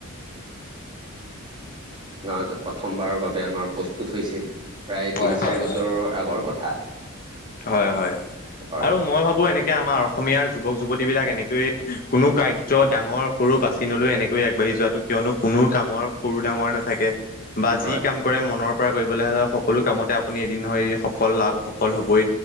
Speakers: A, on the right; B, on the left.
A: <unintelligible> প্ৰথমবাৰৰ বাবে আমাৰ প্ৰস্তুত হৈছিল। প্ৰায় তিনি
B: হয়
A: চাৰি
B: হয়
A: বছৰৰ
B: হয়
A: আগৰ কথা।
B: হয়, হয়।
A: হয়
B: আৰু মই ভাবো এনেকে আমাৰ অসমীয়াৰ যুৱক-যুৱতী বিলাক এনেকৈয়ে কোনো কাৰ্য ডাঙৰ সৰু বাচি নলৈ এনেকৈ আগবাঢ়ি যোৱাাতটো, কিয়নো কোনো কামৰ সৰু ডাঙৰ নাথাকে। বা
A: হয়
B: যি কাম কৰে, মনৰ পৰা কৰিবলৈ হ'লে সকলো কামতে আপুনি এদিন হয় সফল লাভ সফল হ'বই।